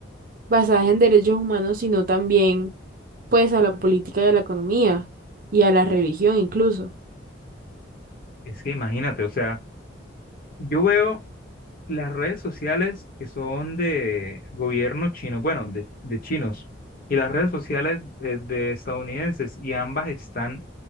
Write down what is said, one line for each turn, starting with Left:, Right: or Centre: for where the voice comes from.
Right: basadas en derechos humanos, sino también pues a la política y a la economía y a la religión incluso.
Left: es que imagínate, o sea, yo veo las redes sociales que son de gobierno chino, bueno, de, de chinos, y las redes sociales eh, de estadounidenses, y ambas están